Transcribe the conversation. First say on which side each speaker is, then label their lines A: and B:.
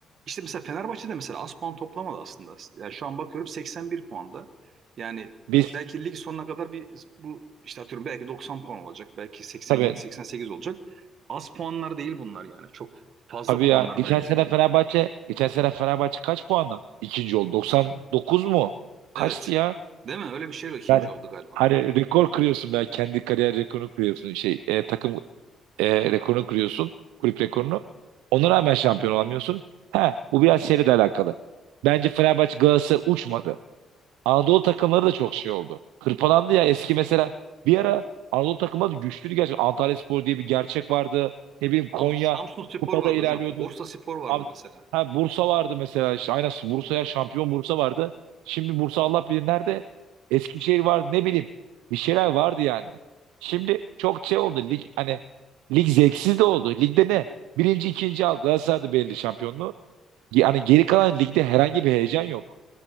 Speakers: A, on the right (about 60°); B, on the right (about 80°).
A: işte mesela Fenerbahçe de mesela az puan toplamadı aslında. Yani şu an bakıyorum 81 puanda. Yani
B: Biz
A: belki lig sonuna kadar bir bu işte atıyorum belki 90 puan olacak. Belki 87
B: tabii
A: 88 olacak. Az puanlar değil bunlar yani. Çok fazla
B: tabii
A: puanlar
B: ya. Geçen
A: bence.
B: sene Fenerbahçe, geçen sene Fenerbahçe kaç puanla ikinci oldu? 99 mu? Kaçtı
A: Evet.
B: ya?
A: Değil mi? Öyle bir şeyle ikinci
B: Yani
A: oldu galiba.
B: hani rekor kırıyorsun ben kendi kariyer rekorunu kırıyorsun şey e, takım e, rekorunu kırıyorsun. Kulüp rekorunu. Ona rağmen şampiyon olamıyorsun. Ha, bu biraz şeyle de alakalı. Bence Fenerbahçe Galatasaray uçmadı. Anadolu takımları da çok şey oldu. Hırpalandı ya eski mesela. Bir ara Anadolu takımları da güçlüydü gerçekten. Antalyaspor diye bir gerçek vardı. Ne bileyim Konya
A: Sam Samsun Spor
B: kupada
A: vardı
B: ilerliyordu.
A: hocam. Bursa Spor vardı
B: Abi,
A: mesela.
B: ha Bursa vardı mesela işte aynen Bursa'ya şampiyon Bursa vardı. Şimdi Bursa Allah bilir nerede. Eskişehir vardı ne bileyim. Bir şeyler vardı yani. Şimdi çok şey oldu lig hani lig zevksiz de oldu. Ligde ne? Birinci ikinci al Galatasaray'da belli şampiyonluğu. Ge- Hani geri kalan ligde herhangi bir heyecan yok.